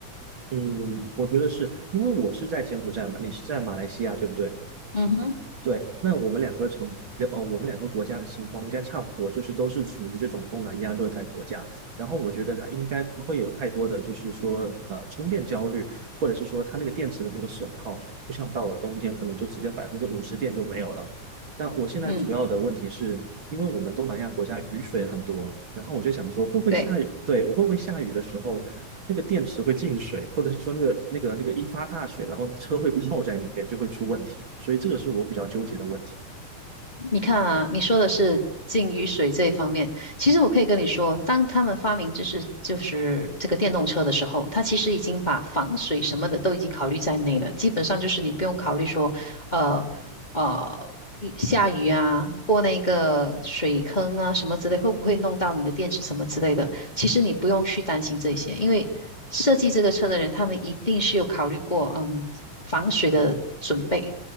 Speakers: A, on the right; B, on the left.
A: 嗯，我觉得是因为我是在柬埔寨嘛，你是在马来西亚，对不对？
B: 嗯哼，
A: 对，那我们两个城，呃，我们两个国家的情况应该差不多，就是都是属于这种东南亚热带国家。然后我觉得它应该不会有太多的，就是说，呃，充电焦虑，或者是说它那个电池的那个损耗，不像到了冬天，可能就直接百分之五十电就没有了。那我现在主要的问题是，
B: 嗯，
A: 因为我们东南亚国家雨水很多，然后我就想说，会不会下雨？
B: 对。
A: 对，我会不会下雨的时候，那个电池会进水，或者是说那个那个那个一发大水，然后车会泡在里面，就会出问题。所以这个是我比较纠结的问题。
B: 你看啊，你说的是进雨水这一方面，其实我可以跟你说，当他们发明就是就是这个电动车的时候，它其实已经把防水什么的都已经考虑在内了，基本上就是你不用考虑说，呃呃，雨下雨啊，过那个水坑啊什么之类，会不会弄到你的电池什么之类的，其实你不用去担心这些，因为设计这个车的人，他们一定是有考虑过，嗯，防水的准备。